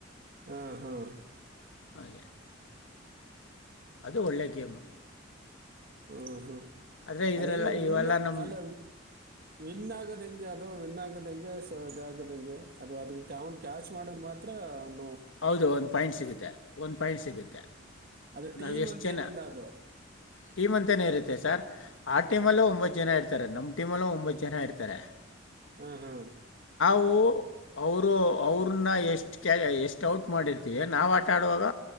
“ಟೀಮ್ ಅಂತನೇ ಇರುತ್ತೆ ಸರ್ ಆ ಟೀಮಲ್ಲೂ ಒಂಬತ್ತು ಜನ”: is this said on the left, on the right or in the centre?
Left